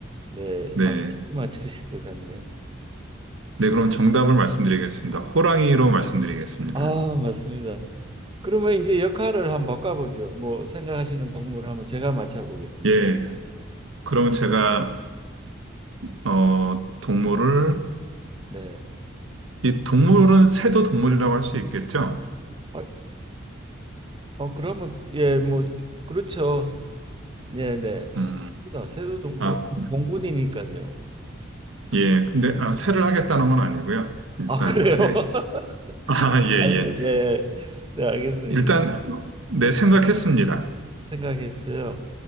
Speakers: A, on the right; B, on the right.
A: 네,
B: 네,
A: 아, 쉽게 맞추실 것 같네.
B: 네 그럼 정답을 말씀드리겠습니다. 호랑이로 말씀드리겠습니다.
A: 아, 맞습니다. 그러면 이제 역할을 한번 바꿔보죠. 뭐 생각하시는 동물 한번 제가 맞춰보겠습니다.
B: 예, 그럼 제가 어 동물을
A: 네.
B: 이 동물은 새도 동물이라고 할 수 있겠죠?
A: 아, 어 그러면 예 뭐 그렇죠 네네
B: 음,
A: 맞습니다 세도동
B: 아,
A: 뭐 공군이니까요
B: 예, 근데 아, 새를 하겠다는 건 아니고요. 일단
A: 아 그래요
B: 네,
A: <laughs>
B: <laughs> 아, 예,
A: 아이고
B: 예,
A: 예네 알겠습니다
B: 일단 어, 네 생각했습니다.
A: 생각했어요